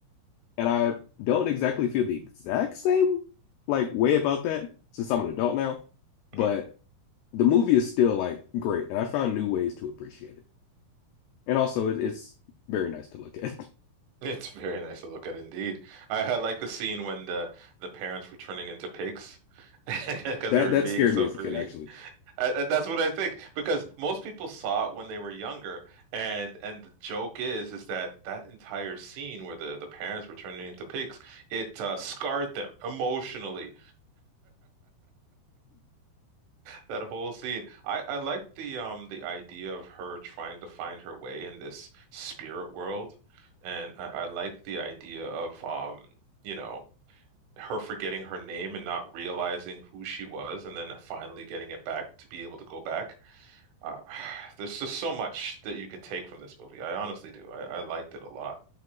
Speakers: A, on the left; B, on the right.
A: And I don't exactly feel the exact same like way about that since I'm an adult now, but
B: Mhm. <laughs>
A: the movie is still like great, and I found new ways to appreciate it. And also, it, it's very nice to look at. <laughs>
B: It's very nice to look at indeed. I, I like the scene when the the parents were turning into pigs <laughs> because
A: That
B: they were
A: that
B: being
A: scared
B: so
A: me as
B: greedy.
A: a kid, actually.
B: I, I- that's what I think because most people saw it when they were younger, and and the joke is is that that entire scene where the the parents were turning into pigs, it uh, scarred them emotionally. That whole scene. I I like the um the idea of her trying to find her way in this spirit world, and I, I like the idea of um you know her forgetting her name and not realizing who she was, and then finally getting it back to be able to go back. Uh, <sighs> there's just so much that you could take from this movie. I honestly do. I, I liked it a lot.